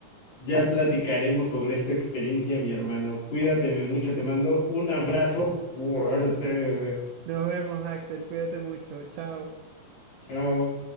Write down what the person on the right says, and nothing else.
Nos vemos, Axel. Cuídate mucho. Chao.